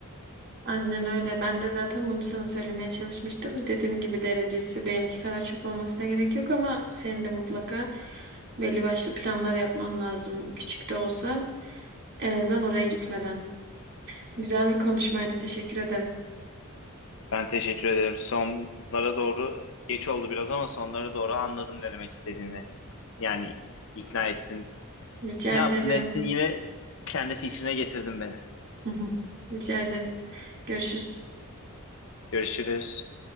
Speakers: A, on the right; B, on the left.
A: Aynen öyle. Ben de zaten bunu sana söylemeye çalışmıştım. Dediğim gibi derecesi benimki kadar çok olmasına gerek yok ama senin de mutlaka belli başlı planlar yapman lazım. Küçük de olsa en azından oraya gitmeden. Güzel bir konuşmaydı. Teşekkür ederim.
B: Ben teşekkür ederim. Sonlara doğru geç oldu biraz ama sonlara doğru anladım ne demek istediğini. Yani ikna ettin.
A: Rica
B: Ne yaptın
A: ederim.
B: ettin yine kendi fikrine getirdin beni.
A: <laughs> Rica ederim. Görüşürüz.
B: Görüşürüz.